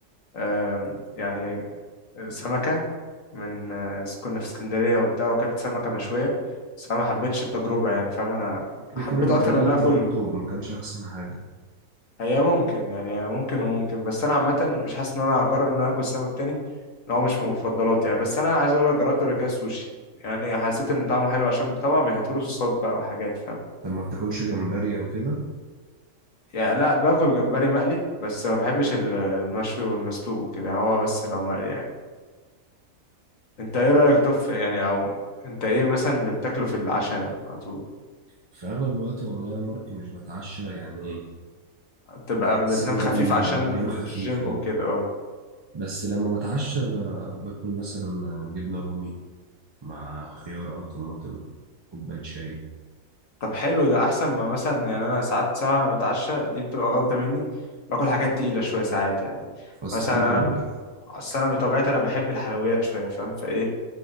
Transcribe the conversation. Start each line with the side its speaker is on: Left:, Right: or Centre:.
Left: آم، يعني سمكة من آه، كنا في اسكندرية وبتاع واكلت سمكة مشوية بس انا ما حبيتش التجربة يعني فاهم انا
Right: ممكن
Left: حبيت
Right: يكون المكان
Left: اكتر
Right: اللي
Left: ان انا
Right: انت
Left: اكل
Right: رحته ما كانش احسن حاجه
Left: هي ممكن يعني ممكن وممكن بس انا عامه مش حاسس ان انا هقرر ان انا اكل سمك تاني ان هو مش من مفضلاتي يعني بس انا عايز اقول لك جربت قبل كده السوشي يعني حسيت ان طعمه حلو عشان طبعا بيهتروا صوصات بقى وحاجات فاهم
Right: طب ما بتاكلش جمبري او كده
Left: يعني لا باكل جمبري مقلي بس ما بحبش ال- المشوي والمسلوق وكده هو بس لو مقلي يعني انت ايه رايك طف يعني او انت ايه مثلا اللي بتاكله في العشاء على طول
Right: في أغلب الوقت والله يا مارك مش بتعشى يعني
Left: تبقى
Right: بحس
Left: بتنام
Right: إن
Left: خفيف
Right: أنا
Left: عشان
Right: أنام
Left: الجيم
Right: خفيف أه
Left: وكده اه
Right: بس لما بتعشى ب... باكل مثلا جبنة رومي مع خيار أو طماطم كوباية شاي
Left: طب حلو ده احسن ما مثلا يعني انا ساعات ساعه ما بتعشى دي بتبقى غلطه مني باكل حاجات تقيله شويه ساعات يعني
Right: فاست
Left: مثلا
Right: فود
Left: انا
Right: ولا
Left: ب...
Right: ايه
Left: اصل انا بطبيعتي انا بحب الحلويات شويه فاهم فايه